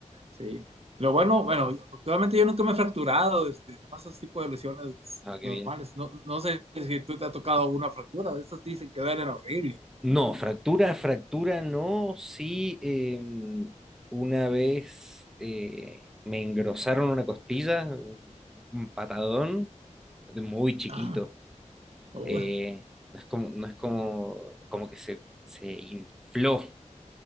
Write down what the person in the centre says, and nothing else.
No, qué
bien.
No, fractura, fractura no. Sí, eh, una vez eh, me engrosaron una costilla, un un patadón, muy chiquito.
eh, no es como, no es como, como que se, se infló,